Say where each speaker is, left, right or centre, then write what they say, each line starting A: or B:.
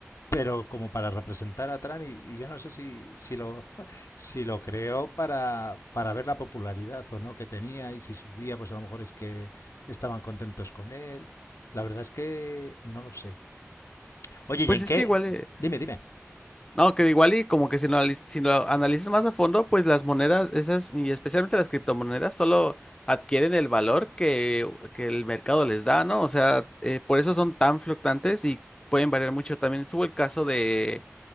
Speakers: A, on the left (about 85°); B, on the left (about 15°).
A: pero como para representar a Trump y, y yo no sé si, si lo, <laughs> si lo creó para, para ver la popularidad o no que tenía y si subía, pues a lo mejor es que estaban contentos con él. La verdad es que no lo sé. Oye, ¿y
B: Pues
A: en
B: es
A: qué?
B: que igual... eh,
A: Dime, dime.
B: No, que igual y como que si lo, anali- si lo analizas más a fondo, pues las monedas esas, y especialmente las criptomonedas, solo adquieren el valor que, que el mercado les da, ¿no? O sea, eh, por eso son tan fluctuantes y pueden variar mucho. También estuvo el caso de